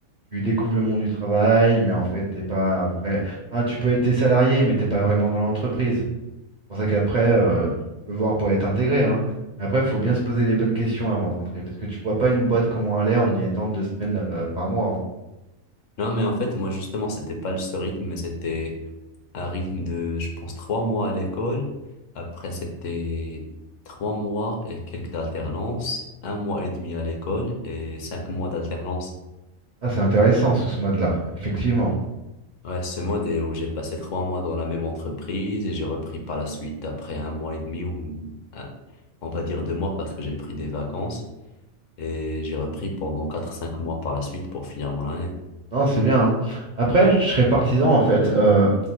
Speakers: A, on the right (about 50°); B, on the left (about 70°).
A: Tu découvres le monde du travail, mais en fait, t'es pas vrai. Enfin, tu peux être tes salarié, mais t'es pas vraiment dans l'entreprise. C'est pour ça qu'après, euh, tu peux voir pour être intégré. hein. Mais après, il faut bien se poser les bonnes questions avant de rentrer, parce que tu vois pas une boîte comment elle est en y étant deux semaines euh, par mois. hein.
B: Non, mais en fait, moi, justement, c'était pas ce rythme, mais c'était un rythme de, je pense, trois mois à l'école. Après, c'était trois mois et quelques alternances, un mois et demi à l'école et cinq mois d'alternance.
A: Ah, c'est intéressant sous ce mode-là, effectivement.
B: Ouais, ce mode est où j'ai passé trois mois dans la même entreprise et j'ai repris par la suite après un mois et demi ou un- on va dire deux mois parce que j'ai pris des vacances et j'ai repris pendant quatre, cinq mois par la suite pour finir mon année.
A: Non, c'est bien. hein. Après, je serais partisan en fait. euh,